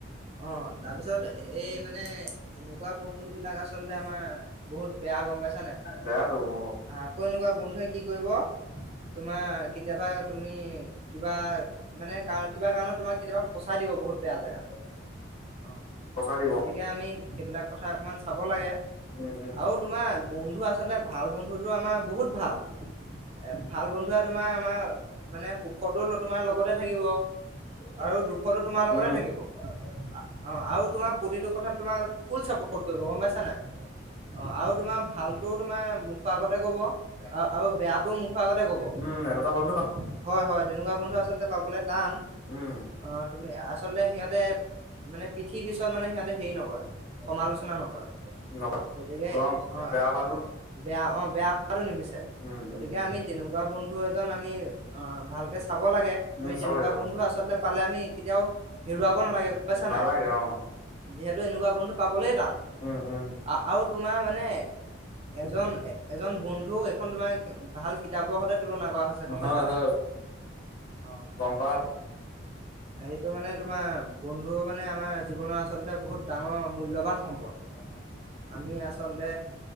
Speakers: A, on the right; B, on the left.
A: অহ, তাৰপিছত এই মান- মানে এনেকুৱা বন্ধু বিলাক আচলতে আমাৰ বহুত বেয়া গম পাইছা নাই?
B: বেয়াটো অ',
A: আকৌ এনেকুৱা বন্ধুৱে কি কৰিব তোমাৰ কেতিয়াবা তুমি কিবা মানে কাৰ কিবা কাৰণত তোমাক কেতিয়াবা ফচাই দিব বহুত বেয়া জেগাত, অ
B: পঠাই দিব
A: গতিকে আমি সেইবিলাক কথা অকণমান চাব লাগে।
B: উম, উম,
A: আৰু তোমাৰ - বন্ধু আচলতে ভাল বন্ধুটো আমাৰ বহুত ভাল এ ভাল বন্ধুৱে তোমাৰ আমাৰ মানে সুখতো তোমাৰ লগতে থাকিব। আৰু দুখতো তোমাৰ লগতে
B: উম,
A: থাকিব, হয় হয়। অ আৰু তোমাৰ প্ৰতিটো কথাত তোমাৰ ফুল চাপট কৰিব গম পাইছা নাই অ আৰু তোমাৰ ভালটো তোমাৰ মুখ আগতে কব অ', আৰু বেয়াতো মখ- খতে ক'ব।
B: উম, এনেকুৱা
A: তুমা,
B: বন্ধু
A: হয় হয়, তেনেকুৱা বন্ধু আচল পাবলৈ টান।
B: উম,
A: অ', তুমি, আচলতে সিহঁতে- মানে পিঠিৰ পিছত মানে সিহঁতে হেৰি নকৰে সমালোচনা নকৰে
B: ন তোমাৰ
A: গতিকে অ
B: বেয়া হোৱাটো
A: বেয়া অ', বেয়া <unintelligible> নিবিচাৰে।
B: উম,
A: গতিকে
B: উম,
A: আমি- তেনেকুৱা বন্ধু এজন আমি অ' ভালকে চাব লাগে। আমি
B: উম,
A: তেনেকুৱা
B: চাব লাগে
A: বন্ধু
B: অ'।
A: আচলতে পালে আমি- কেতিয়াও হেৰুৱাব নালাগে গম পাইছা
B: নালাগে
A: নাই।
B: অ',
A: যিহেতু এনেকুৱা বন্ধু পাবলে টান
B: উম, উম,
A: আ আৰু তোমাৰ মানে এজন এ এজন বন্ধুক এখন তোমাৰ ভাল কিতাপৰ সৈতে তুলনা কৰা হৈছে গম
B: হয়,
A: পাইছা নাই
B: হয়,
A: অ,
B: গম পা
A: এইটো মানে তোমাৰ বন্ধু মানে আমাৰ জীৱনৰ আচলতে বহুত ডাঙৰ মূল্যবান সম্পদ আমি আচলতে